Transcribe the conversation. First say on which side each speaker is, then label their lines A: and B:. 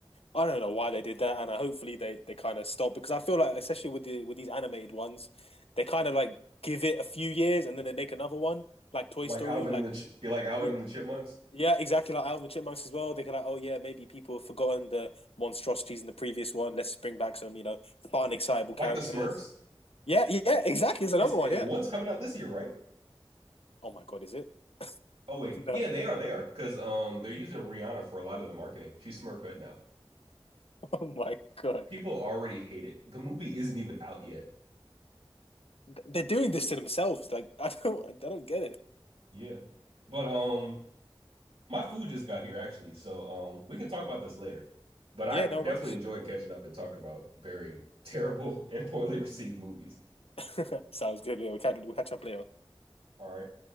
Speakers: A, on the left; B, on the right.
A: I don't know why they did that, and I, hopefully they they kind of stop because I feel like, especially with the with these animated ones, they kind of like give it a few years and then they make another one, like Toy
B: like
A: Story,
B: Alvin
A: like
B: and the Ch- like Alvin
A: yeah,
B: and the Chipmunks.
A: yeah, exactly like Alvin and the Chipmunks as well. They can like, oh yeah, maybe people have forgotten the monstrosities in the previous one. Let's bring back some, you know, fun, excitable
B: like
A: characters.
B: the Smurfs.
A: Yeah, yeah, exactly. It's
B: It's
A: another one.
B: it,
A: Yeah.
B: one's coming out this year, right?
A: Oh my God, is it? <laughs>
B: Oh wait,
A: No.
B: yeah, they are. They are because um they're using Rihanna for a lot of the marketing. She's Smurfette now.
A: Oh my God,
B: People already hate it. The movie isn't even out yet.
A: Th- they're doing this to themselves. Like <laughs> I don't, I don't get it.
B: Yeah, but um my food just got here actually, so um we can talk about this later. But
A: Yeah,
B: I definitely
A: no, right.
B: enjoyed catching up and talking about very <laughs> terrible and poorly received movies.
A: <laughs> Sounds good. Yeah, we'll catch, we'll catch up later.
B: All right.